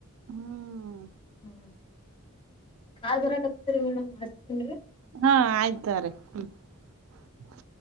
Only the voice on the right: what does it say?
ಹ್ಮ್
ಹಾ ಆಯ್ತ ತಗೋರಿ ಹ್ಮ.